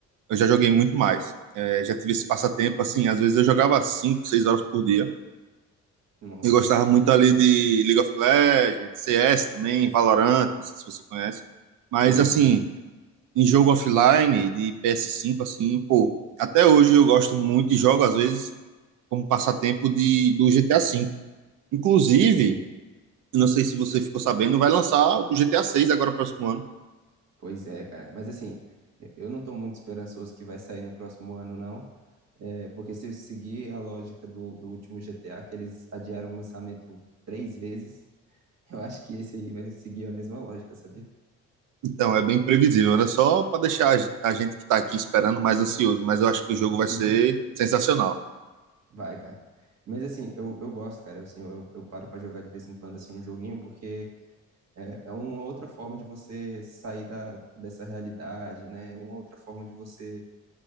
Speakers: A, on the right (about 85°); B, on the right (about 60°).
A: Eu já joguei muito mais. É, já tive esse passatempo, assim, às vezes eu jogava 5 6 horas por dia.
B: Nossa.
A: Eu gostava muito ali de League of Legends, CS também, Valorant, não sei se você conhece. Mas,
B: Sim,
A: assim,
B: sim.
A: em jogo offline de PS5, assim, pô, até hoje eu gosto muito e jogo, às vezes, como passatempo de, do GTA V. Inclusive,
B: Sei.
A: não sei se você ficou sabendo, vai lançar o GTA VI agora, próximo ano.
B: Pois é, cara. Mas assim, eu eu não tô muito esperançoso que vai sair no próximo ano, não. É, porque se eu seguir a lógica do, do último GTA, que eles adiaram o lançamento três vezes, <laughs> eu acho que esse aí vai seguir a mesma lógica, sabia?
A: Então, é bem previsível, né? Só para deixar a ge- a gente que está aqui esperando mais ansioso, mas eu acho que o jogo
B: <laughs>
A: vai ser sensacional.
B: Vai, cara. Mas assim, eu, eu gosto, cara. Assim, eu, eu paro pra jogar de vez em quando assim, um joguinho, porque é, é uma outra forma de você sair da, dessa realidade, né? Uma outra forma de você